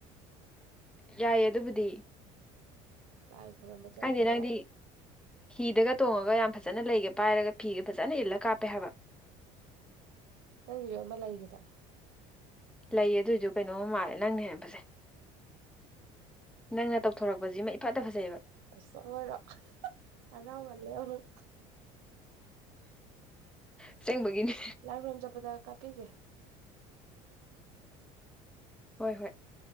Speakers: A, in the centre; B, on the right (about 85°).
A: ꯌꯥꯏꯌꯦ ꯑꯗꯨꯕꯨꯗꯤ
B: ꯂꯥꯏ ꯈꯨꯔꯝꯕ ꯆꯠꯄꯗ
A: ꯈꯪꯗꯦ ꯅꯪꯗꯤ ꯍꯤꯗꯒ ꯇꯣꯡꯉꯒ ꯌꯥꯝ ꯐꯖꯅ ꯂꯩꯒꯦ ꯄꯥꯏꯔꯒ ꯐꯤꯒ ꯐꯖꯅ ꯏꯜꯂꯥ ꯀꯥꯞꯄꯦ ꯍꯥꯏꯕ
B: ꯅꯪꯒꯤꯁꯨ ꯑꯃ ꯂꯩꯈꯤꯗꯥꯢ
A: ꯂꯩꯌꯦ ꯑꯗꯨꯑꯣꯏꯁꯨ ꯀꯩꯅꯣꯝ ꯃꯥꯜꯂꯦ ꯅꯪꯅ ꯍꯦꯟꯅ ꯐꯥꯒꯩ ꯅꯪꯅ ꯇꯧꯊꯣꯔꯛꯄꯁꯤꯃ ꯏꯐꯠꯇ ꯐꯖꯩꯑꯦꯕ
B: ꯆꯠꯂꯣꯗꯥ ꯍꯥꯔꯥꯎ ꯍꯜꯂꯦ ꯑꯃꯨꯛ
A: ꯑꯁꯦꯡꯕꯒꯤꯅꯦ
B: ꯂꯥꯏꯕꯔꯣꯝꯕ ꯆꯠꯄꯥꯗ ꯀꯥꯞꯄꯤꯒꯦ
A: ꯍꯣꯏ ꯍꯣꯏ